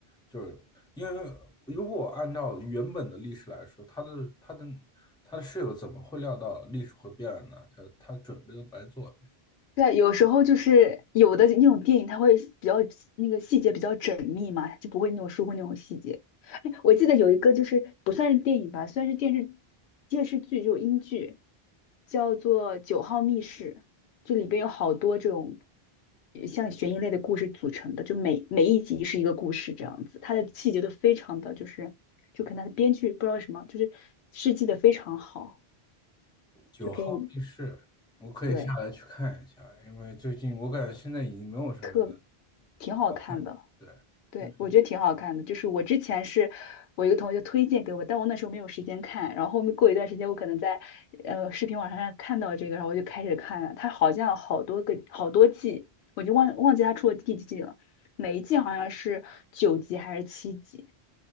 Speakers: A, in the centre; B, on the left.
A: 就是因为如果按照原本的历史来说，他的他的他的室友怎么会料到历史会变呢？他他准备都白做了。
B: 对啊，有时候就是有的那种电影，它会比较那个细节比较缜密嘛，就不会那种疏忽那种细节。哎，我记得有一个就是不算是电影吧，算是电视电视剧，就是英剧，叫做《九号密室》，就里边有好多这种呃像悬疑类的故事组成的，就每每一集是一个故事这样子，它的细节都非常的就是，就可能它的编剧不知道什么，就是设计的非常好，
A: 九号密室，
B: 就可以
A: 我可以下来去看一下，
B: 对
A: 因为最近我感觉现在已经没有什么。
B: 特挺好看的。
A: 好看，对，
B: 对，
A: 因为
B: 我觉得挺好看的。就是我之前是我一个同学推荐给我，但我那时候没有时间看。然后后面过一段时间，我可能在呃视频网站上看到这个，然后我就开始看了。它好像好多个好多季，我就忘忘记它出了第几季了。每一季好像是九集还是七集